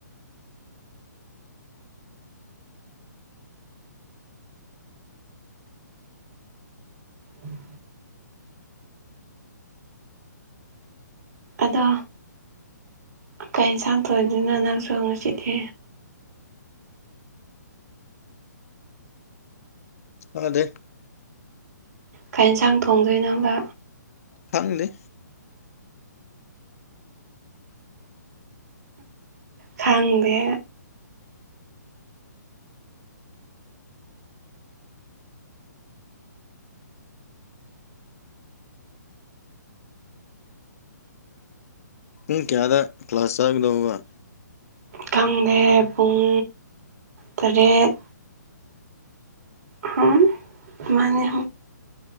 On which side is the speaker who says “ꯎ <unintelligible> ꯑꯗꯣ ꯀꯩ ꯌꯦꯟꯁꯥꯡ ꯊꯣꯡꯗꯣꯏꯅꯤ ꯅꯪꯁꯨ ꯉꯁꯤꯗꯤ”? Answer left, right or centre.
Right